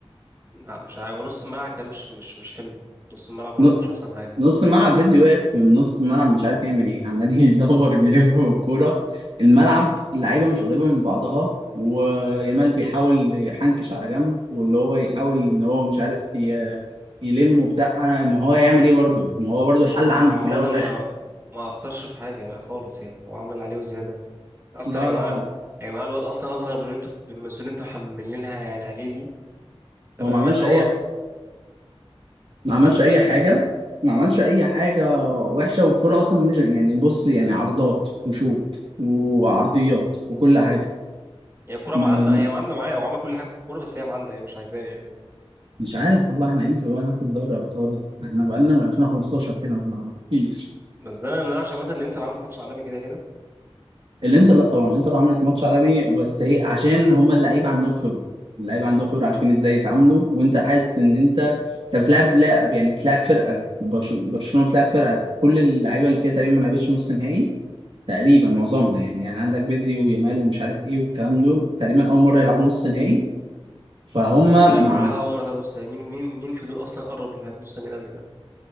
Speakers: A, on the right; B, on the right.
A: لا مش عارف ونص الملعب كان مش مش مش حلو نص الملعب برضه
B: ن-
A: مش احسن حاجه
B: نص الملعب بدري واقف من نص الملعب مش عارف يعمل ايه عمال <laughs> يدور بيلف بالكورة الملعب اللعيبة مش قريبة من بعضها ويامال بيحاول يحنكش على جنب واللي هو يحاول ان هو مش عارف ي- يلم وبتاع أنا- ما هو يعمل ايه برضه ما هو برضه الحل
A: هو عامه
B: عنده في الاول
A: ما
B: والاخر
A: ما اثرش في حاجه يعني خالص يعني هو عمل عليه وزياده اصلا
B: لا
A: يا جماعه
B: لا هو
A: يا جماعه الواد اصلا اصغر من اللي انتوا المسؤولين انتوا حملينها يعني عليه دي تمام
B: هو ما عملش
A: يعني هو
B: اي ما عملش
A: ما عملش
B: اي
A: ايه
B: حاجه ما عملش اي حاجه وحشه والكوره اصلا مش يعني بص يعني عرضات وشوط وعرضيات وكل حاجه
A: هي الكوره
B: ما
A: ما عندها هي ما عندها معايا هو عمل كل حاجه في الكوره بس هي ما عندها هي مش عايزاه يعني
B: مش عارف والله احنا امتى بقى ناخد دوري ابطال احنا بقالنا من 2015 كده ما فيش
A: بس ده ما يمنعش عامه ان انت اللي عامل ماتش عالمي كده كده
B: الانتر لا طبعا الانتر عملت ماتش عالمي بس هي عشان هما اللعيبه عندهم خبره اللعيبه عندهم خبره عارفين ازاي يتعاملوا وانت حاسس ان انت انت بتلعب لا يعني بتلعب فرقه برش- برشلونه بتلعب فرقه كل اللعيبه اللي فيها تقريبا ما لعبتش نص نهائي تقريبا معظمها يعني يعني عندك بدري ويامال ومش عارف ايه والكلام دول تقريبا اول مره يلعبوا نص نهائي فهم
A: الفرقه كلها
B: مع
A: اول مره تقابل نص نهائي. مين مين مين في دول اصلا قرب لنص النهائي قبل كده